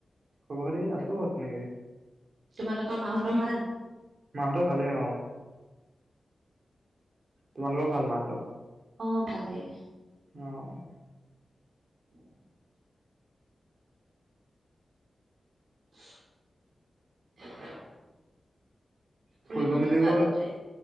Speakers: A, on the right (about 55°); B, on the right (about 70°).
A: খবৰ খাতি। আছো আৰু তেনেকে।
B: তোমালোকৰ মাহঁতৰ ভাল?
A: মাহঁতৰ ভালেই অ'। তোমালোকৰ ভাল মাহঁতৰ?
B: অ', ভালেই।
A: অ'।
B: <inaudible> <inaudible> ফুৰিব
A: ফুৰিব-মেলিব,
B: নোযোৱা কতোৱে